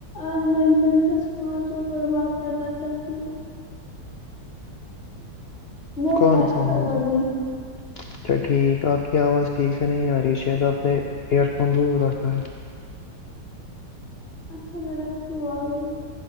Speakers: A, on the left (about 40°); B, on the left (about 75°).
A: آج میں آک دلچسپ موازو <unintelligible> پر بات کرنا چاہتی ہوں وہ
B: کون
A: ہے
B: سا
A: عقل
B: موضوع
A: مندی
B: اچھا ٹھیک آپ کی آواز ٹھیک سے نہیں آ رہی شاید آپ نے ایئر فون دور رکھا ہے
A: اچھا میں رکھتی ہوں آگے